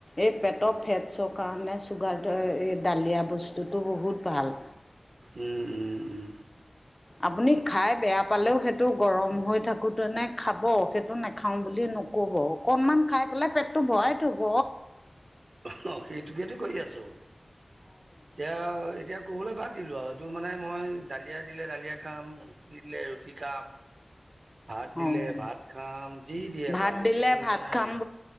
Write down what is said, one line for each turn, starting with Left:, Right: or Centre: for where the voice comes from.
Left: এই পেটৰ ফেটছৰ কাৰণে চুগাৰটো এই দালিয়া বস্তুটো বহুত ভাল।
Right: উম, উম, উম
Left: আপুনি খাই বেয়া পালেও সেইটো গৰম হৈ থাকোঁতেনে খাব সেইটো নাখাওঁ বুলি নক'ব অকণমান খাই পেলাই পেটটো ভৰাই থ'ব।
Right: অ', সেইটোকেতো কৰি আছোঁ, এতিয়া এতিয়া ক'বলৈ বাদ দিলো আৰু এইটো মানে মই ডালিয়া দিলে দালিয়া খাম ৰুটি দিলে ৰুটি খাম ভাত
Left: অঁ
Right: দিলে ভাত খাম যি দিয়েক
Left: ভাত
Right: আৰু
Left: দিলে
Right: ক'ব লগীয়া
Left: ভাত
Right: নাই
Left: খাম